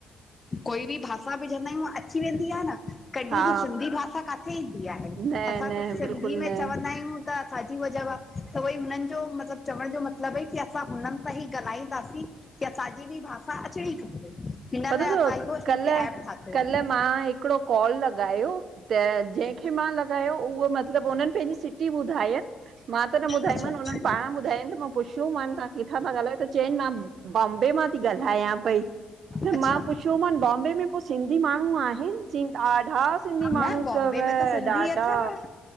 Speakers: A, on the left; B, on the right.
A: कोई बि भाषा विझंदा आहियूं अची वेंदी आहे न कॾहिं
B: हा
A: ॿी सिन्धी भाषा काथे ईंदी आहे?
B: न
A: असां
B: न
A: त सिन्धी
B: बिल्कुलु
A: में
B: न
A: चवंदा आहियूं थाजी वजव आ उई हुनिन जो मतलबु चवण जो मतिलबु ई की असां हुनिन सां ई ॻाल्हाईंदासीं, की असांजी ॿि भाषा अचणी खपे। हिन
B: पतो
A: लाइ
B: तव
A: असां इहो हिकु
B: कल,
A: ऐप ठातो
B: कल
A: आहे
B: मां हिकिड़ो कॉल लॻायो त जंहिंखे मां लॻायो उहो मतलबु उन्हनि पंहिंजी सिटी ॿुधायन। मां त न ॿुधाईमानि
A: अच्छा
B: उन्हनि पाण ॿुधायन पुछो मान तव्हां किथां था ॻाल्हायो? त चयन मां बॉम्बे मां थी ॻाल्हायां पई। त
A: अच्छा
B: मां पुछियोमान बॉम्बे में पोइ सिंधी माण्हू आहिनि? चऊन ॾाढा सिन्धी
A: न
B: माण्हू
A: बॉम्बे
B: तवं
A: में त सिंधी
B: ॾाढा
A: अथव